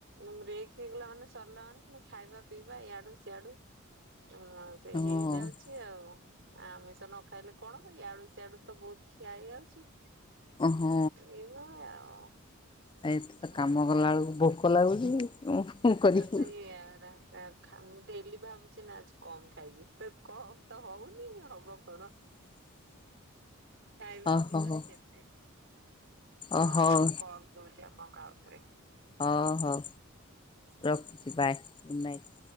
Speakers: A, on the right (about 55°); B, on the left (about 20°).
A: ବ୍ରେକ ହେଇଗଲା ମାନେ ସରିଲା ମାନେ ଫୁଣି ଖାଇବା ପିଇବା ଇଆଡୁ ସିଆଡୁ ଉଁ। ସେ
B: ହଁ
A: ହେଇଯାଉଛି। ଆଉ ଆମିଷ ନ ଖାଇଲେ କଣ ହବ ୟଆଡୁ ସିଆଡୁ ତ ବହୁତ ଖିଆ ହେଇଯାଉଛି।
B: ଓହୋ।
A: ଏୟା ଆଉ।
B: ଆ ଏଠି ତ
A: ଖାଇବା
B: କାମ କଲାବେଳକୁ ଭୋକ ଲାଗୁଛି। କରିବୁ
A: ଆ ସେୟାରା। ମୁଁ ଡେଲି ଭାବୁଛି ନା ଆଜି କମ ଖାଇବି ତ କମ ତ ହଉନି ହବ କଣ।
B: <inaudible>
A: ଖାଇବା
B: ଓ
A: ପିଇବାରେ
B: ହୋ ହୋ
A: କେତେ?
B: ଓ
A: ରୁହନ୍ତୁ
B: ହଉ
A: ମୁଁ କଲ ଦଉଛି ଆପଣଙ୍କୁ ଆଉଥରେ।
B: ହଁ ହଉ ରଖୁଛି ବାଏ ଗୁଡ଼୍ ନାଇଟ୍।